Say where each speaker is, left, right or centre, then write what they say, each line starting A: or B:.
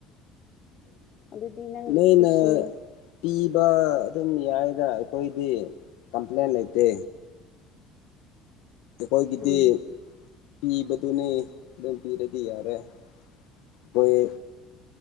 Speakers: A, on the left; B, on the left.
A: ꯑꯗꯨꯗꯤ ꯅꯪꯒꯤ
B: ꯃꯩꯅ
A: ꯈꯨꯁꯤꯅꯤ
B: ꯄꯤꯕ ꯑꯗꯨꯝ ꯌꯥꯏꯅ ꯑꯩꯈꯣꯏꯗꯤ ꯀꯝꯄ꯭ꯂꯦꯟ ꯂꯩꯇꯦ ꯀꯣꯏ ꯀꯗꯤ
A: ꯎꯝ
B: ꯄꯤꯕꯗꯨꯅꯤ ꯑꯗꯨꯝ ꯄꯤꯔꯗꯤ ꯌꯥꯔꯦ ꯑꯩꯈꯣꯏ